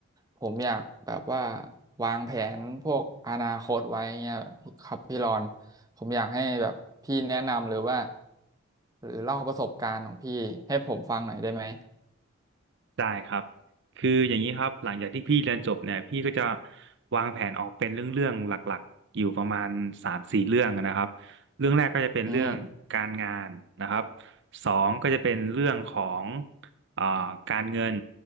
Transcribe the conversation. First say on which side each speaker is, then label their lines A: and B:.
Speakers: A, on the right; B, on the right.
A: ผมอยากแบบว่าวางแผนพวกอนาคตไว้เงี้ยครับพี่รอนผมอยากให้แบบพี่แนะนำหรือว่าหรือเล่าประสบการณ์ของพี่ให้ผมฟังหน่อยได้ไหม
B: ได้ครับคืออย่างนี้ครับหลังจากที่พี่เรียนจบเนี่ยพี่ก็จะวางแผนออกเป็นเรื่องๆหลักๆอยู่ประมาณสามสี่เรื่องนะครับเรื่องแรกก็จะเป็นเรื่องการงานนะครับ
A: อืม
B: สองก็จะเป็นเรื่องของอ่าการเงิน